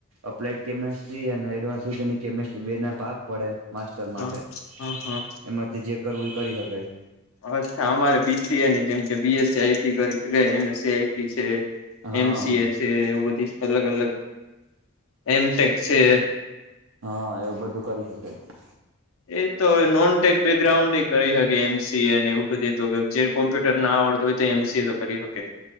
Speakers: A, on the right; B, on the left.
A: અપ્લાઈડ કેમિસ્ટ્રી અને એડવાન્સ ઓર્ગેનિક કેમિસ્ટ્રી બે ના ભાગ પડે માસ્ટર માટે.
B: હા હા હા
A: એમાંથી જે કરવું એ કરી હગાય.
B: અચ્છા! અમારે બી સી એની જેમ કે B S C I T કરી શકાય. M S C I T છે.
A: હા
B: એમ સી એ છે એવું બધી અલગ અલગ એમ ટેક છે.
A: હા, એવું બધું કરી હકાય.
B: એ તો હવે નોનટેક બેકગ્રાઉન્ડ‌એ કરી હગે એમ સી એ અને એવું બધી તો જે કોમ્પ્યુટર ના આવડતો હોય તો એમ સી એ તો કરી હકે.